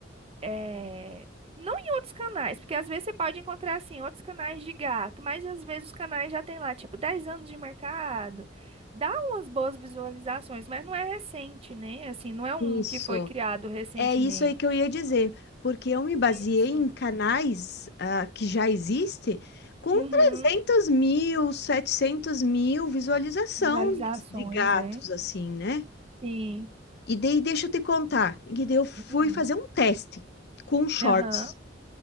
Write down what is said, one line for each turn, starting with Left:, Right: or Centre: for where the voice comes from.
Right: é, não em outros canais, porque às vezes você pode encontrar assim outros canais de gato, mas às vezes os canais já tem lá tipo 10 anos de mercado, dá umas boas visualizações, mas não é recente, né? Assim, não é um
Left: Isso.
Right: que foi criado recentemente.
Left: É isso aí que eu ia dizer, porque eu me baseei
Right: Isso.
Left: em canais ah, que já existem com
Right: Uhum.
Left: trezentos mil, setecentos mil visualização
Right: Visualizações,
Left: de gatos,
Right: né?
Left: assim, né?
Right: Sim.
Left: E daí, deixa eu te contar, e daí eu fui
Right: Uhum.
Left: fazer um teste com shorts,
Right: Aham.